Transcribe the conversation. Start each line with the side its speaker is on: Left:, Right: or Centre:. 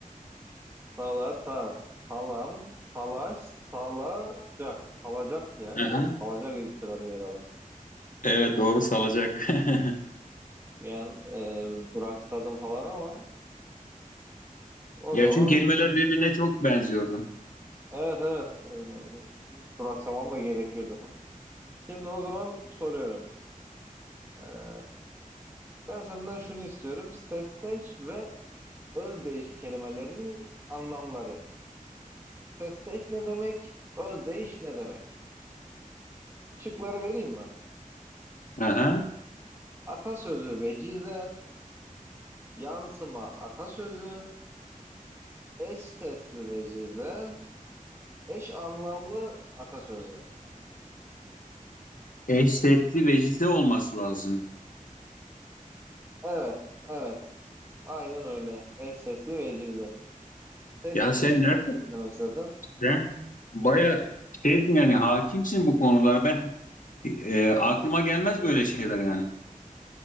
Right: salata, salam, salaş, salacak. Salacak ya.
Left: Aha.
Right: Salacak ilk sırada yer alır.
Left: Evet doğru salacak. <laughs>
Right: Yani e, duraksadım falan ama o
Left: Ya
Right: zaman
Left: çünkü kelimeler birbirine çok benziyordu.
Right: e, evet evet e, duraksamam da gerekiyordu. Şimdi o zaman soruyorum. E, ben senden şunu istiyorum. Sesteş ve özdeyiş kelimelerin anlamları. Sesteş ne demek? Özdeyiş ne demek? Şıkları vereyim mi?
Left: Aha.
Right: Atasözü vecize, yansıma atasözü, eş sesli vecize, eş anlamlı atasözü.
Left: Eş sesli vecize olması lazım.
Right: Evet, evet. Aynen öyle. Eş sesli vecize. Sesteş
Left: Ya sen
Right: eş
Left: nereden?
Right: sesli demek zaten.
Left: Sen baya şeysin yani hakimsin bu konulara. Ben e, aklıma gelmez böyle şeyler yani.